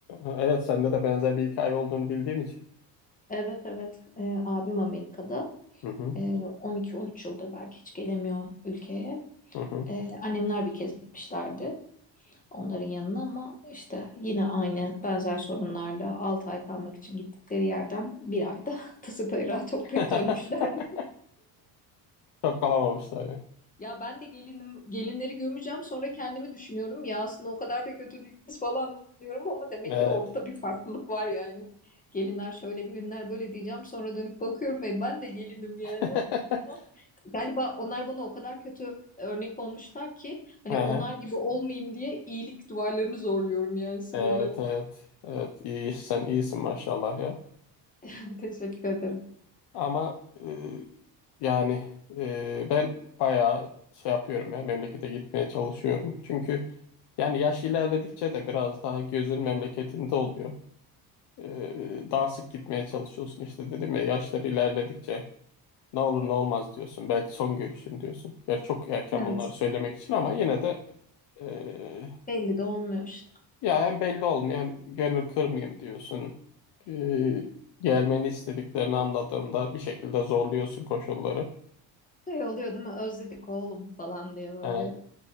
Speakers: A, on the left (about 70°); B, on the left (about 20°).
A: evet sende de benzer bir hikaye olduğunu bildiğim için.
B: Evet evet Ee, abim Amerika'da.
A: Hı hı,
B: Ee, 12-13 yıldır belki hiç gelemiyor ülkeye.
A: hı hı.
B: Ee, annemler bir kez gitmişlerdi onların yanına ama işte yine aynı benzer sorunlarla 6 ay kalmak için gittikleri yerden bir ayda <laughs> tası tarağı toplayıp
A: <laughs>
B: dönmüşlerdi.
A: Çok kalamamışlar ya.
B: Ya ben de gelinim, gelinleri gömeceğim sonra kendimi düşünüyorum. Ya aslında o kadar da kötü değiliz falan diyorum ama demek
A: Evet.
B: ki orada da bir farklılık var yani. Gelinler şöyle gelinler böyle diyeceğim sonra dönüp bakıyorum ve ben de gelinim yani
A: <laughs>
B: ama galiba onlar bana o kadar kötü örnek olmuşlar ki hani
A: Aha,
B: onlar gibi olmayayım diye iyilik duvarlarını zorluyorum yani sınırlarını.
A: Evet, evet, evet. İyi, sen iyisin maşallah ya.
B: <laughs> Teşekkür ederim.
A: Ama e, yani e, ben bayağı şey yapıyorum ya memlekete gitmeye çalışıyorum. Çünkü yani yaş ilerledikçe de biraz daha gözün memleketinde oluyor. E, daha sık gitmeye çalışıyorsun işte dedim ya yaşlar ilerledikçe ne olur ne olmaz diyorsun. Belki son görüşün diyorsun. Gerçi çok erken
B: Evet.
A: bunları söylemek için ama yine de e,
B: Belli de olmuyor işte.
A: ya hem belli olmuyor hem gönül kırmayayım diyorsun. E, gelmeni istediklerini anladığında bir şekilde zorluyorsun koşulları.
B: Şey oluyor değil mi? Özledik oğlum falan diye böyle.
A: E,